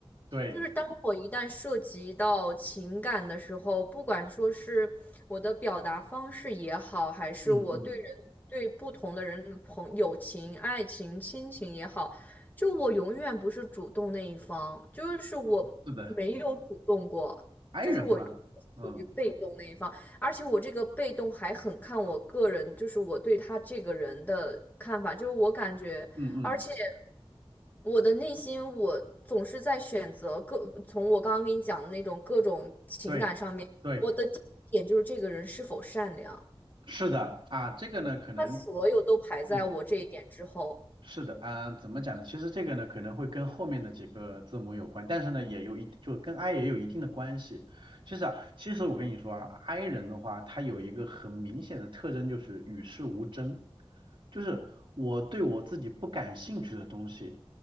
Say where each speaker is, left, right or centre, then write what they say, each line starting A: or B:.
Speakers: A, on the right; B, on the left.
A: 对，
B: 就是当我一旦涉及到情感的时候，不管说是我的表达方式也好，还是我对人对不同的人朋友情、
A: 嗯嗯，
B: 爱情、亲情也好，就我永远不是主动那一方，就是我没有主动过，
A: 是的，I
B: 就是我属于被动那一方，
A: 人嘛，嗯
B: 而且我这个被动还很看我个人，就是我对他这个人的看法，就是我感觉。
A: 嗯嗯，
B: 而且我的内心，我总是在选择各，从我刚刚跟你讲的那种各种情感上面，
A: 对对，
B: 我的第一点就是这个人是否善良，
A: 是的啊，这个呢可能。
B: 他所有都排在我这一点之后，
A: 嗯。是的，啊、怎么讲呢？其实这个呢，可能会跟后面的几个字母有关，但是呢，也有一就跟 I 也有一定的关系。其实啊，其实我跟你说啊，I 人的话，他有一个很明显的特征就是与世无争，就是我对我自己不感兴趣的东西，